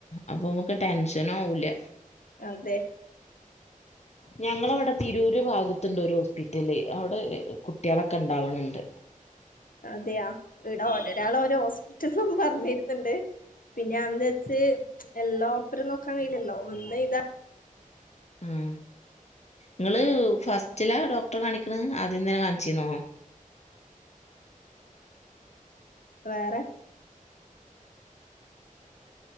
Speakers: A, on the left; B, on the left.
A: അപ്പം ടെൻഷന ആവില്ല
B: അതെ
A: ഞങ്ങളവിടെ തിരൂര് ഭാഗത്തുണ്ട് ഒരു ഹോസ്പിറ്റല് അവിടെ കുട്ടികളൊക്കെൺ ണ്ടാവണണ്ട്
B: അതെയാ ഇടാഒര് ഒരാളെ ഒരോസ് റ്റൊന്നും പറഞ്ഞിരുന്നുണ്ട് പിന്നെ അന്ന് വച്ച് എല്ലാം പ്പരം നോക്കാൻ കയില്ലല്ലോ ഒന്നെയ് താ
A: ആ ങ്ങള് ഫസ്റ്റില ഡോക്ടറെ കാണിക്ണ് ആദ്യന്നെ കാണിച്ചിന്നോ
B: വേറെ